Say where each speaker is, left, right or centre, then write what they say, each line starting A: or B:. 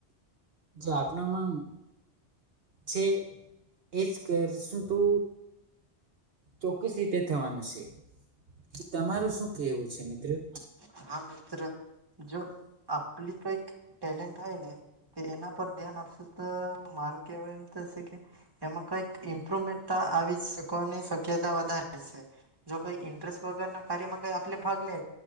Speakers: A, on the right; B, on the right.
A: જે આપણામાં છે એજ કરશું તો ચોક્કસ રીતે થવાનું શે. કે તમારું શું કેહેવું છે? શે મિત્ર.
B: હા મિત્ર જો આપલી કઈક ટેલેન્ટ હોય ને તો એના પર ધ્યાન આપશો તો મારું કેવું એમ થશે કે એમાં કંઈક ઇમ્પ્રુવમેન્ટ આવી શકવાની શક્યતા વધારે છે. જો કંઈ ઇન્ટરેસ્ટ વગરના કાર્યમાં કંઈ આપણે ભાગ લે